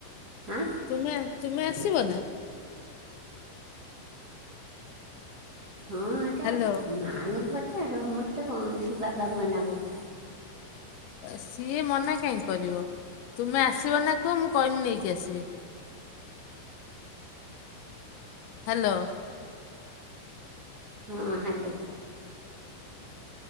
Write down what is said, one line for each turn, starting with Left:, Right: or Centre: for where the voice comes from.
Right: ହ
Left: ତୁମେ ତୁମେ ଆସିବ ନା
Right: ହଁ ଆଟ
Left: ହ୍ୟାଲୋ
Right: ମାନ ପତାର ମତେ କେତେ କଣ ଶ ବାପ ମନା କରୁଛି
Left: ସିଏ ମନା କାହିଁ କରିବ ତୁମେ ଆସିବ ନା କୁହ ମୁଁ କହିିବି ନେଇକି ଆସିବି ହ୍ୟାଲୋ
Right: ହଁ ହ୍ୟାଲୋ